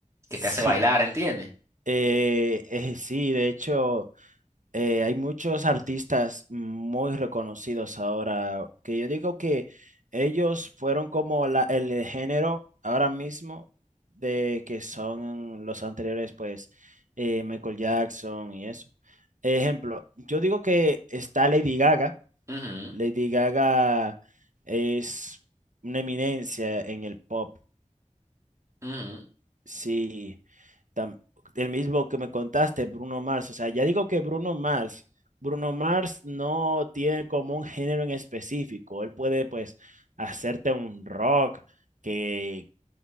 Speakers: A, on the right; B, on the right.
A: sí.
B: que te hace bailar,
A: <laughs>
B: ¿entiendes?
A: Eh, eh, sí, de hecho, eh, hay muchos artistas muy reconocidos ahora, que yo digo que ellos fueron como la- el género ahora mismo de que son los anteriores, pues, eh, Michael Jackson y eso. Ejemplo, yo digo que está Lady Gaga.
B: Ujú,
A: Lady Gaga es una eminencia en el pop.
B: ujú.
A: Sí, tam- el mismo que me contaste, Bruno Mars. O sea, ya digo que Bruno Mars, Bruno Mars no tiene como un género en específico. Él puede, pues, hacerte un rock, que,